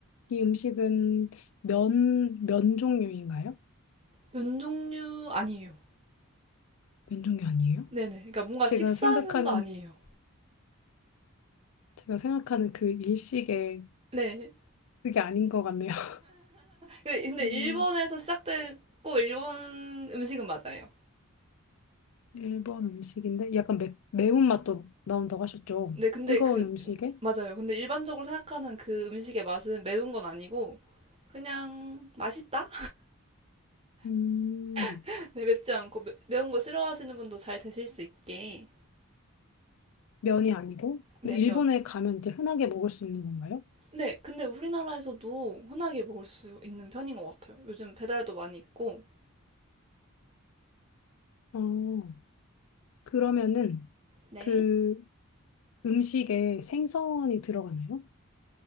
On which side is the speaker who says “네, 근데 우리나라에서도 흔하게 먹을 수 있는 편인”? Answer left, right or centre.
Right